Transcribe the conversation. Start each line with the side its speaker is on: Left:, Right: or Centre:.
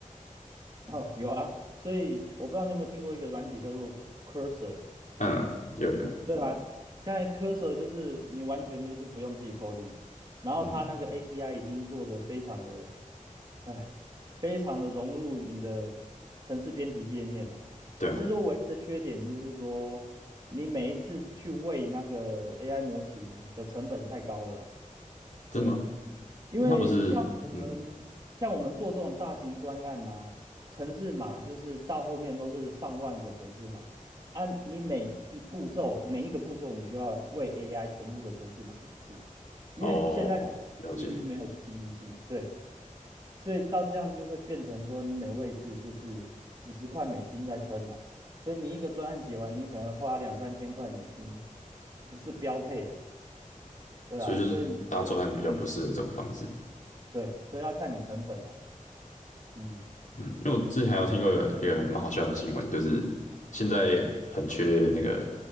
Right: <laughs>，哦，有啊。所以我不知道你有没有听过一个软体叫做 Cursor。
Left: 嗯，有有有，
Right: 对啊，现在 Cursor 就是你完全就是不用自己 coding，然后它那个
Left: 嗯，
Right: API 已经做得非常的哎，非常的融入你的城市编辑界面呢、
Left: 对啊，
Right: 只是说唯一的缺点就是说，你每一次去喂那个 AI 模型的成本太高了啦。
Left: 真的吗？
Right: 对，因为像我们像我们做这种大型专案呐、
Left: 它不是，嗯，
Right: 啊城市码就是到后面都是上万个城市码按你每一步骤每一个步骤你就要喂 AI 全部的城市码一次，因为现在
Left: 哦，了解，
Right: GDP 没有记忆性，对。所以到这样就会变成说，你每位次就是几十块美金在喷呐、所以你一个专案写完，你可能花两三千块美金是标配啊，对啊，
Left: 所以就是大专案比较不适合这种方式。
Right: 所以你看你对，所以要看你成本啊，嗯，
Left: 嗯，因为我之前还有听过一个一个蛮好笑的新闻，就是现在很缺那个